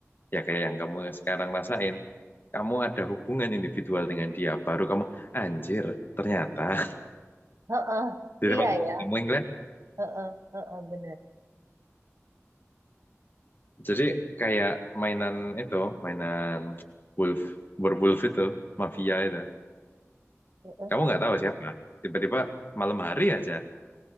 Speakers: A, on the left; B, on the right.
A: ya kayak yang kamu sekarang rasain, kamu ada hubungan individual dengan dia, baru kamu, anjir, ternyata. <laughs>
B: Heeh.
A: Di
B: iya
A: depan
B: ya
A: kamu ingat,
B: Heeh, heeh, bener
A: jadi kayak mainan itu, mainan wolf, werewolf itu, mafia itu.
B: Heeh,
A: Kamu nggak tahu siapa. Tiba-tiba malam hari aja,